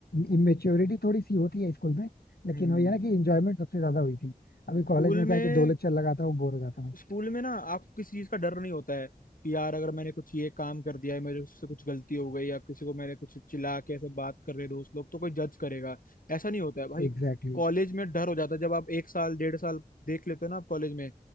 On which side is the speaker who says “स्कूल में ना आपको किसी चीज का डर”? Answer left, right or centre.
Left